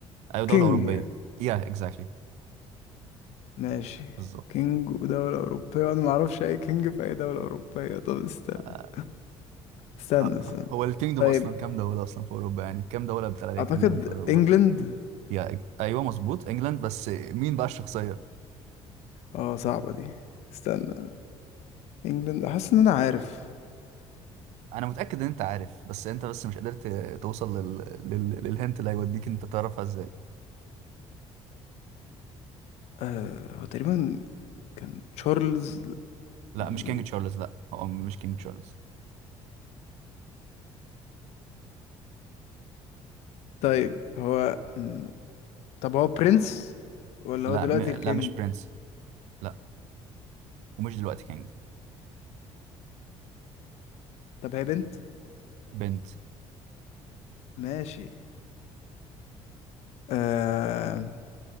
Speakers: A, on the right; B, on the left.
A: ايوه
B: كينج
A: دوله اوروبيه
B: يعني
A: يا اكزاكتلي
B: ماشي
A: بالظبط
B: كينج ودولة أوروبية وأنا معرفش أي كينج في أي دولة أوروبية طب استنى
A: آه،
B: استنى
A: آه،
B: استنى
A: هو الكينجدوم
B: طيب
A: اصلا كام دوله اصلا في اوروبا يعني كام دوله بتاع عليها
B: أعتقد
A: كينجدوم في اوروبا
B: إنجلند
A: يا ايوه مظبوط انجلاند بس مين بقى الشخصيه
B: اه صعبة دي استنى انجلاند حاسس ان انا عارف
A: انا متاكد ان انت عارف بس انت بس مش قدرت توصل لل... لل... للهنت اللي هيوديك انت تعرفها ازاي
B: آه هو تقريبا كان تشارلز
A: لا
B: ال-
A: مش كينج تشارلز لا هو مش كينج تشارلز
B: طيب هو م، طب هو برنس ولا
A: لا
B: هو دلوقتي
A: م... لا
B: الكينج
A: مش برنس لا ومش دلوقتي كينج
B: طب هي بنت
A: بنت
B: ماشي آه